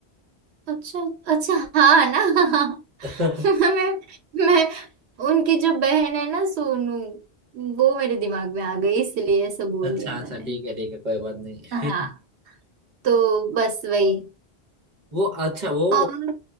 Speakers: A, on the right (about 85°); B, on the right (about 45°).
A: अच्छा अच्छा हाँ ना <laughs>
B: <laughs>
A: मैं मैं उनकी जो बहन है ना सोनू वो मेरे दिमाग में आ गई इसलिए ऐसा बोल
B: अच्छा
A: दिया मैंने
B: अच्छा ठीक है ठीक है कोई बात नहीं
A: हाँ तो बस वही
B: वो अच्छा वो
A: और